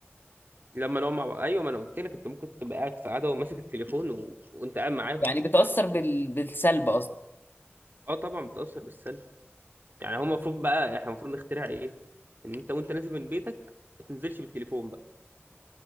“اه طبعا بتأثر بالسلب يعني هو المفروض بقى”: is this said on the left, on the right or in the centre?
Right